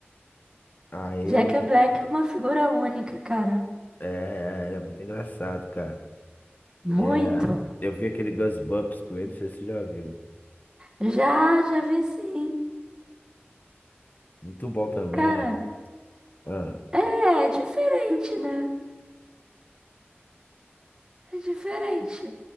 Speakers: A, on the left (about 45°); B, on the right (about 15°).
A: Aí
B: Jack
A: ele,
B: Black é uma figura única, cara.
A: é, é, ele é muito engraçado, cara. É,
B: Muito.
A: eu vi aquele Gus Bumps com ele, não sei se você já viu.
B: Já, já vi sim.
A: Muito bom também,
B: Cara,
A: né? Ah,
B: é, é diferente, né? É diferente.